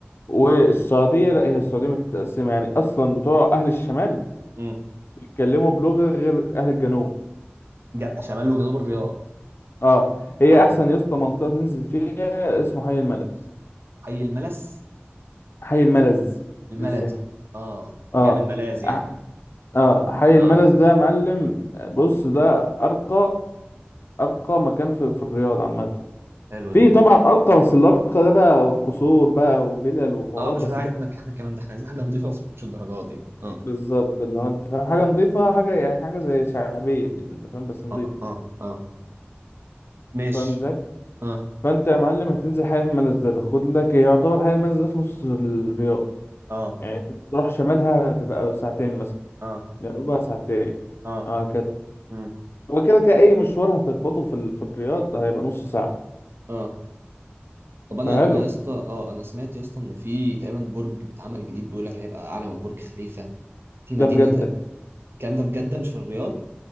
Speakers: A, on the left; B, on the right.
A: والسعوديه لا هي السعوديه متقسمه يعني اصلا بتوع اهل الشمال
B: امم
A: بيتكلموا بلغه غير اهل الجنوب
B: جا- شمال وجنوب الرياض
A: اه هي
B: اه
A: احسن يا اسطى منطقه تنزل فيها اسمه حي الملز
B: حي الملس
A: حي الملز
B: الملز
A: بالذات
B: اه
A: اه
B: جاي من ملاذ يعني
A: أح- اه حي
B: اه
A: الملز ده يا معلم بص ده ارقى ارقى مكان في في الرياض عامه
B: حلو
A: في
B: ده
A: طبعا ارقى بس الارقى ده بقى قصور بقى وفلل وحورات
B: اه مش
A: بس
B: بتاعتنا
A: ده
B: احنا الكلام ده احنا عايزين حاجه نظيفه بس ما تكونش الدرجات دي اه
A: بالظبط اللي هو انت فاهم حاجه نظيفه حاجه يعني حاجه زي شعبيه كده انت فاهم بس نظيفه
B: اه اه اه ماشي
A: فاهم ازاي
B: اه
A: فانت يا معلم هتنزل حي المنز ده تاخد لك يعتبر حي المنز ده في نص الرياض
B: اه
A: يعني انت تروح شمالها تبقى ساعتين مثلا
B: اه
A: جنوبها ساعتين
B: اه
A: او هكذا
B: مم.
A: هو كده كده اي مشوار هتخبطه في ال... في الرياض هيبقى نص ساعه
B: اه طب انا
A: فحلو
B: انا يا اسطى اه انا سمعت يا اسطى ان في تقريبا برج بيتعمل جديد بيقول لك هيبقى اعلى من برج خليفه في مدينه
A: ده في جده
B: تق- الكلام ده في جده مش في الرياض